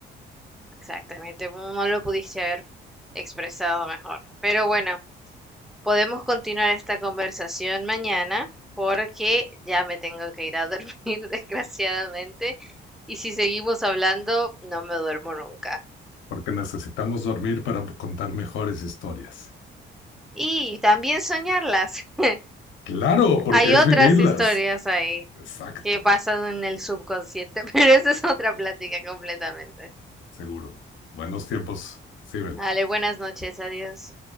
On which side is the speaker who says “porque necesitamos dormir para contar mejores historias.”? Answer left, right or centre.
Left